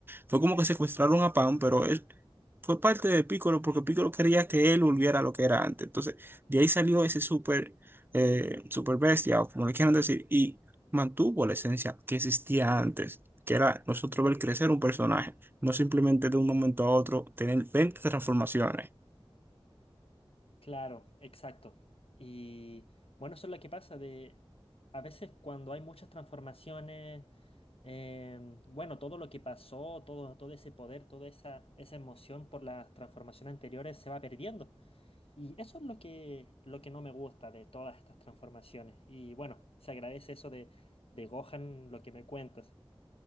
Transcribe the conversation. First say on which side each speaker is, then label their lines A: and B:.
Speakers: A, on the right (about 20°); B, on the left (about 75°).
A: fue como que secuestraron a Pan, pero él fue parte de Piccolo porque Piccolo quería que él volviera a lo que era antes. Entonces, de ahí salió ese Super, eh, Super Bestia, o como le quieran decir, y mantuvo la esencia que existía antes que era nosotros ver crecer un personaje, no simplemente de un momento a otro tener 20 transformaciones.
B: claro, exacto. Y bueno, eso es lo que pasa de a veces cuando hay muchas transformaciones, em, bueno, todo lo que pasó, todo, todo ese poder, toda esa, esa emoción por las transformaciones anteriores se va perdiendo. Y eso es lo que, lo que no me gusta de todas estas transformaciones. Y bueno, se agradece eso de, de Gohan, lo que me cuentas.